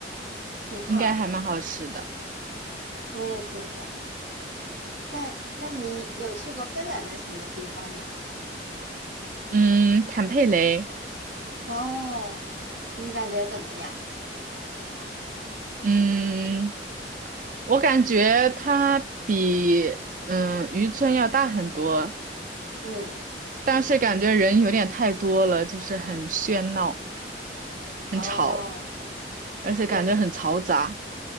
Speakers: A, on the right; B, on the right.
A: 挺好的，
B: 应该还蛮好吃的。
A: 我也觉得。那那你有去过芬兰的什么地方吗？
B: 嗯，坦佩雷，
A: 哦，你感觉怎么样？
B: 嗯，我感觉他比嗯渔村要大很多，
A: 嗯，
B: 但是感觉人有点太多了，就是很喧闹、很吵，
A: 哦，
B: 而且感觉很嘈杂。
A: 对。